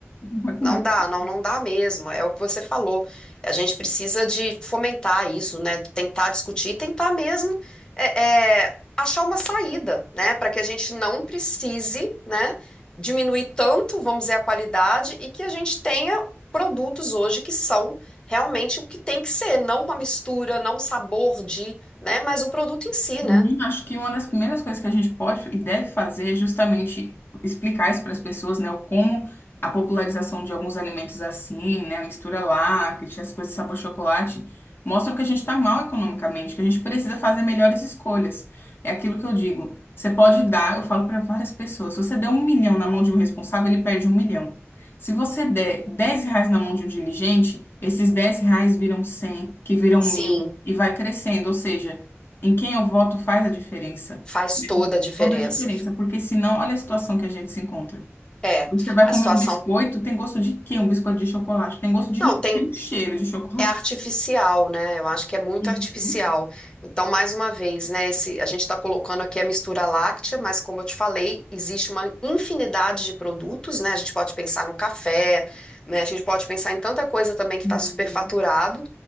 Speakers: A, on the left (about 50°); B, on the left (about 20°).
A: Vai comer
B: não
A: o
B: dá,
A: quê?
B: não, não dá mesmo. É o que você falou. A gente precisa de fomentar isso, né? Tentar discutir e tentar mesmo é, é, achar uma saída, né? Para que a gente não precise, né? Diminuir tanto, vamos dizer, a qualidade e que a gente tenha produtos hoje que são realmente o que tem que ser, não uma mistura, não um sabor de, né? Mas o produto em si,
A: Uhum,
B: né?
A: Acho que uma das primeiras coisas que a gente pode e deve fazer é justamente explicar isso para as pessoas, né? O como a popularização de alguns alimentos assim, né? A mistura láctea, as coisas sabor chocolate, mostram que a gente está mal economicamente, que a gente precisa fazer melhores escolhas. É aquilo que eu digo. Você pode dar, eu falo para várias pessoas, se você der um milhão na mão de um responsável, ele perde um milhão. Se você der 10 reais na mão de um diligente, esses 10 reais viram 100, que viram
B: Sim.
A: mil e vai crescendo. Ou seja, em quem eu voto faz a diferença,
B: Faz
A: né?
B: toda a diferença.
A: Toda a diferença, porque senão, olha a situação que a gente se encontra.
B: É,
A: Você vai
B: a
A: comer
B: situação.
A: um biscoito, tem gosto de quê? Um biscoito de chocolate, tem gosto de
B: Não,
A: um,
B: tem,
A: de um cheiro de chocolate.
B: é artificial, né? Eu acho que é muito
A: Uhum.
B: artificial. Então, mais uma vez, né? Esse, a gente está colocando aqui a mistura láctea, mas como eu te falei, existe uma infinidade de produtos, né? A gente pode pensar no café, né? A gente pode pensar em tanta coisa também que
A: Sim.
B: está superfaturado,